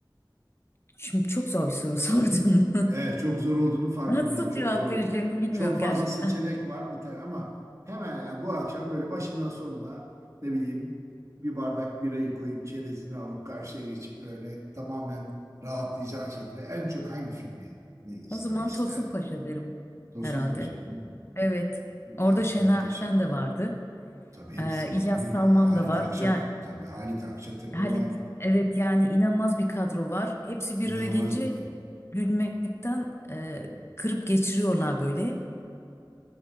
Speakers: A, on the left; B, on the right.
A: şimdi çok zor bir soru sordun.
B: Evet, çok zor olduğunu
A: <laughs>
B: farkındayım.
A: Nasıl
B: Çok
A: cevap
B: zor.
A: vereceğimi bilmiyorum
B: Çok fazla
A: gerçekten.
B: seçenek var bir tane ama hemen yani bu akşam böyle başından sonuna ne bileyim bir bardak birayı koyup çerezini alıp karşıya geçip böyle tamamen rahatlayacağın şekilde en çok hangi filmi izlemek
A: O zaman
B: isterdin?
A: Tosun Paşa derim
B: Tosun
A: herhalde.
B: Paşa değil mi?
A: Evet. Orada
B: Evet,
A: Şener
B: muhteşem.
A: Şen de vardı.
B: Tabii hepsi
A: Ee,
B: var.
A: İlyas
B: Büyük
A: Salman
B: Halit
A: da var.
B: Akçat
A: Yani
B: tabii Halit Akçatepe
A: Halit
B: var.
A: evet yani inanılmaz bir kadro var. Hepsi bir
B: İnanılmaz
A: araya gelince
B: bir kadın.
A: gülmekten e, kırıp geçiriyorlar böyle.